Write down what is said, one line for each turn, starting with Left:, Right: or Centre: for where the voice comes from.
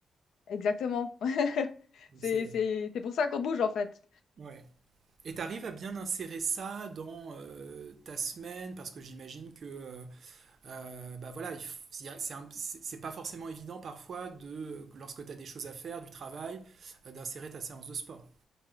Left: exactement. <laughs>
Right: Donc
Left: C'est,
Right: c'est,
Left: c'est, c'est pour ça qu'on bouge, en fait.
Right: ouais. Et t'arrives à bien insérer ça dans euh, ta semaine, parce que j'imagine que euh, Euh, bah voilà, c'est pas forcément évident parfois de lorsque tu as des choses à faire, du travail, euh, d'insérer ta séance de sport.